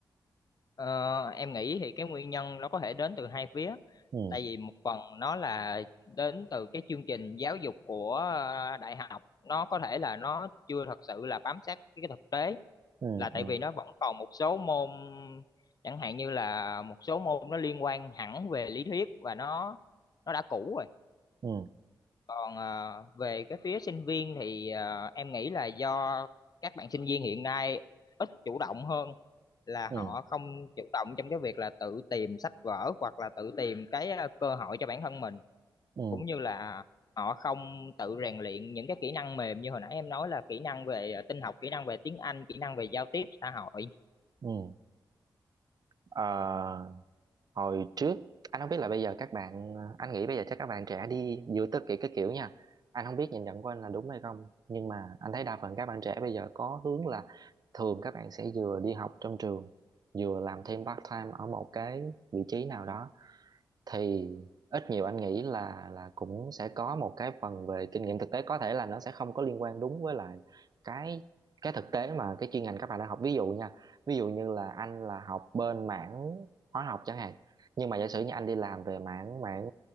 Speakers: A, on the left (about 50°); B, on the right (about 50°).
A: Ờ, em nghĩ thì cái nguyên nhân nó có thể đến từ hai phía.
B: ừ
A: Tại vì một phần nó là đến từ cái chương trình giáo dục của ờ, đại học, nó có thể là nó chưa thật sự là bám sát cái thực tế,
B: ừ
A: là tại
B: ừ
A: vì nó vẫn còn một số môn chẳng hạn như là một số môn nó liên quan hẳn về lý thuyết và nó nó đã cũ rồi.
B: ừ
A: Còn ờ, về cái phía sinh viên thì ờ, em nghĩ là do các bạn sinh viên hiện nay ít chủ động hơn là
B: ừ
A: họ không chủ động trong cái việc là tự tìm sách vở hoặc là tự tìm cái ờ, cơ hội cho bản thân mình
B: ừ
A: cũng như là họ không tự rèn luyện những cái kỹ năng mềm như hồi nãy em nói là kỹ năng về ờ, tin học, kỹ năng về tiếng Anh, kỹ năng về giao tiếp xã hội
B: ừ Ờ, hồi trước anh không biết là bây giờ các bạn anh nghĩ bây giờ chắc các bạn trẻ đi giữa tất kỷ cái kiểu nha anh không biết nhìn nhận của anh là đúng hay không nhưng mà anh thấy đa phần các bạn trẻ bây giờ có hướng là thường các bạn sẽ vừa đi học trong trường vừa làm thêm part time ở một cái vị trí nào đó thì ít nhiều anh nghĩ là là cũng sẽ có một cái phần về kinh nghiệm thực tế có thể là nó sẽ không có liên quan đúng với lại cái cái thực tế mà cái chuyên ngành các bạn đang học ví dụ nha ví dụ như là anh là học bên mảng hóa học chẳng hạn nhưng mà giả sử như anh đi làm về mảng mảng